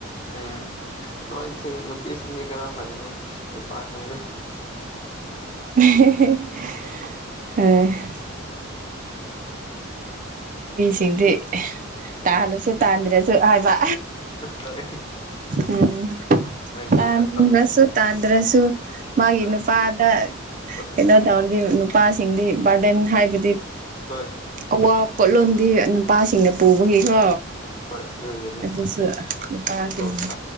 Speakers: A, on the left; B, on the right.
A: ꯎꯝ ꯅꯣꯏꯁꯤꯡ ꯅꯨꯄꯤꯁꯤꯡꯗꯤ ꯈꯔ ꯐꯩꯌꯦ ꯅꯨꯄꯥꯁꯤꯡꯗꯤ
B: <inaudible> ꯁꯤꯗꯤ ꯇꯥꯜꯂꯁꯨ ꯇꯥꯟꯗ꯭ꯔꯁꯨ ꯍꯥꯏꯕ
A: ꯍꯣꯏ
B: ꯎꯝ <unintelligible>
A: ꯍꯥꯏꯗꯤ ꯑꯇꯣꯞ
B: ꯇꯥꯟꯗ꯭ꯔꯁꯨ ꯃꯥꯒꯤ
A: ꯍꯣꯏ
B: ꯅꯨꯄꯥꯗ
A: ꯍꯣꯏ
B: ꯀꯩꯅꯣ ꯇꯔꯗꯤ ꯅꯨꯄꯥꯁꯤꯡꯗꯤ ꯕꯥꯔꯗꯦꯟ ꯍꯥꯏꯕꯗꯤ
A: ꯍꯣꯏ
B: ꯑꯋꯥ ꯄꯣꯠꯂꯨꯝꯗꯤ ꯅꯨꯄꯥꯁꯤꯡꯅ ꯄꯨꯕꯒꯤꯀꯣ
A: ꯑꯗꯨꯒꯤꯅꯦ
B: ꯑꯗꯨꯁꯨ ꯅꯨꯄꯥꯁꯤꯡ
A: ꯀꯣꯛ ꯁꯥ